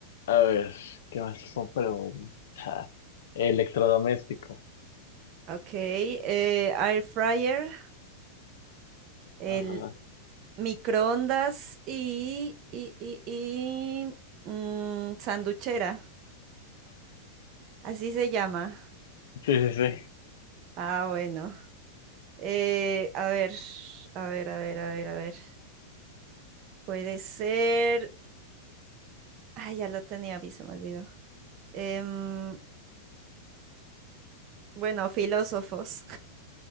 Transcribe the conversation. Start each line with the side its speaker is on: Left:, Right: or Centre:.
Left: a ver, ¿qué más son preguntas? Electrodoméstico.
Right: Ok, eh, air fryer, el
Left: Ajá.
Right: microondas y, y, y, y mm, sanduchera. Así se llama.
Left: Sí, sí, sí.
Right: Ah, bueno. Eh, a ver, a ver, a ver, a ver, a ver. Puede ser. Ay, ya lo tenía, a se me olvidó. Em, bueno, filósofos.